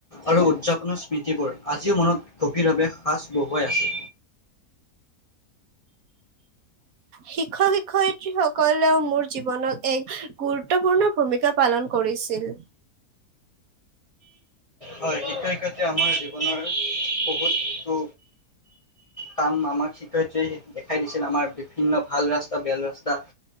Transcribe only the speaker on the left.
আৰু উদযাপন কোনো স্মৃতিবোৰ আজিও মনত গভীৰভাৱে সাঁচ বহুৱাই আছে
হয় শিক্ষক শিক্ষয়িত্ৰীয়ে আমাৰ জীৱনৰ বহুতো কাম আমাক শিক্ষয়িত্ৰীয়ে দেখাই দিছিল আমাৰ বিভিন্ন ভাল ৰাস্তা বেয়া ৰাস্তা